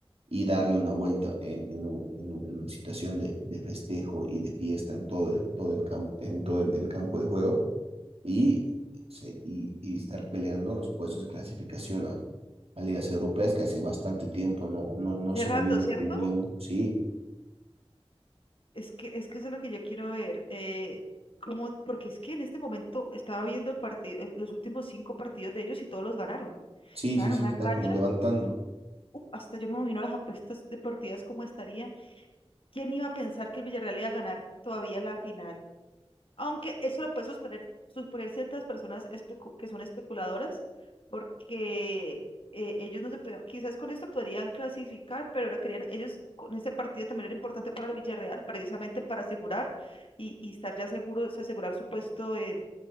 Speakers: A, on the right; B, on the left.
A: y darle una vuelta en, en, un- en un- en una situación de, de festejo y de fiesta en todo, en todo el campo, en todo el el campo de juego y, se- y, y estar peleando los puestos de clasificación a, a ligas europeas que hace bastante tiempo no, no, no
B: Hace
A: se
B: rato,
A: lo vienen
B: ¿cierto?
A: teniendo. Sí,
B: Es que, es que eso es lo que yo quiero ver. Eh, cómo- porque es que en este momento estaba viendo el partido, eh, los últimos cinco partidos de ellos y todos los ganaron.
A: sí,
B: Estaban
A: sí, sí,
B: en una
A: están
B: racha.
A: como levantando.
B: Uf, hasta yo me imagino las apuestas deportivas cómo estarían ¿Quién iba a pensar que el Villarreal iba a ganar todavía la final? Aunque eso lo puede suponer, suponer ciertas personas especu- que son especuladoras, porque eh, ellos no se pueden, quizás con esto podrían clasificar, pero ahora querían, ellos con este partido también era importante para el Villarreal, precisamente para asegurar y, y estar ya seguros, asegurar su puesto